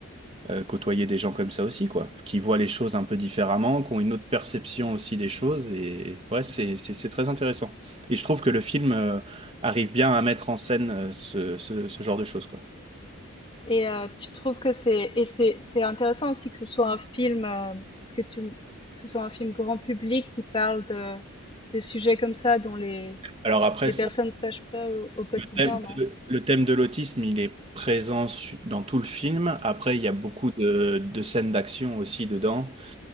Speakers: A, on the right (about 25°); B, on the left (about 25°).
A: euh, euh, côtoyer des gens comme ça aussi quoi, qui voient les choses un peu différemment, qui ont une autre perception aussi des choses et ouais, c'est c'est c'est très intéressant. Et je trouve que le film euh, arrive bien à mettre en scène euh, ce, ce ce genre de choses quoi.
B: Et heu, tu trouves que c'est et c'est c'est intéressant aussi que ce soit un film, heu, parce que tu que ce soit un film grand public qui parle de de sujets comme ça dont les
A: Alors après,
B: les personnes pêchent pas au au quotidien,
A: thème-
B: non?
A: le le thème de l'autisme, il est présent su- dans tout le film. Après, il y a beaucoup de, de scènes d'action aussi dedans.